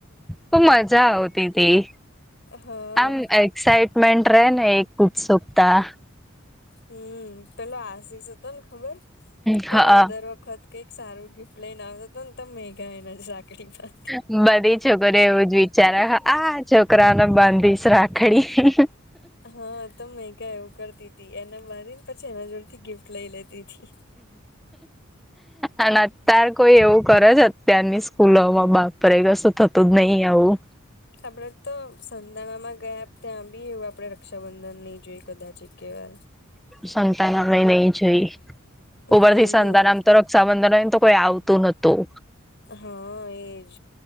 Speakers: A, in the centre; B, on the left.
A: ખુબ મજા આવતીતી.
B: હા
A: આમ એક્સાઈટમેન્ટ રે ને એક ઉકશુંકતા.
B: હમ પેલો આસીષ હતો ને ખબર.
A: હા
B: તો એ દર વખત કંઈક સારું ગિફ્ટ લઈને આવતાતો ને ત મેઘા એને રાખડી બાધતી
A: હ બધી છોકરીઓ એવું જ વિચારે આ છોકરાને બાંધીશ રાખડી.
B: હ તો મેઘા એવું કરતી તી, એને બાંધી ને પછી એના જોડ થી ગિફ્ટ લઈ લેતીતી.
A: અને અત્યાર કોઈ એવું કરે છે ત્યારની સ્કૂલોમાં બાપરે ક શું થતું જ નહી આવું.
B: આપડે તો સંતાનામાં ગયા ત્યાં બી એવું આપડે રક્ષાબંધન નહી જોઈ કદાચ એકવાર.
A: સંતાનામ નહી જોઈ ઉપર
B: હમ
A: થી સંતાનામ તો સા બંધન હોય ને તો કોઈ આવતું નતું.
B: હ એજ.